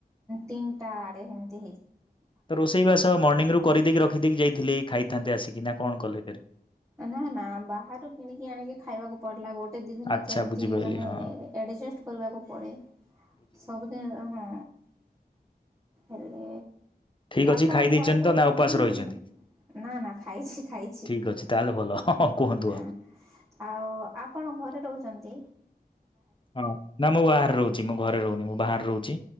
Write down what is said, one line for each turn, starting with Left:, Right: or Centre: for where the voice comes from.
Right: ତିନଟା ଆଡେ ହେମତି
Left: ତ ରୋଷେଇ ବାସ ମର୍ଣ୍ଣିିଂ ରୁ କରିଦେଇକି ରଖି ଦେଇକି ଯାଇଥିଲି ଖାଇଥାନ୍ତେ। କିନା କଣ କଲେ ଫେରେ?
Right: ନା ନା ବାହାରୁ କିଣିକି ଆଣିକି ଖାଇବାକୁ ପଡିଲା। ଗୋଟେ ଦିଇ ଦିନ
Left: ଆଚ୍ଛା
Right: ଯେମିତି
Left: ବୁଝିପାରିଲି
Right: ମାନେ
Left: ହଁ
Right: ଏଡେଜେଷ୍ଟ କରିବାକୁ ପଡେ ସବୁଦିନ ହଁ। ଉଁ
Left: ଠିକ୍ ଅଛି
Right: ଆପଣ
Left: ଖାଇ ଦେଇଛନ୍ତି
Right: ଘରେ ରହୁଚନ୍ତି
Left: ତ ଉପାସ
Right: ନା
Left: ରହିଛନ୍ତି
Right: ନା ନା ଖାଇଛି ଖାଇଛି।
Left: ଠିକ୍ ଅଛି ତାହେଲେ ଭଲ ହଁ କୁହନ୍ତୁ
Right: ହଁ,
Left: ଆଉ।
Right: ଆଉ ଆପଣ? ଘରେ ରହୁଚନ୍ତି।
Left: ହଁ, ନା ମୁଁ ବାହାରେ ରହୁଚି। ମୁଁ ଘରେ ରହୁନି, ମୁଁ ବାହାରେ ରହୁ ଚି।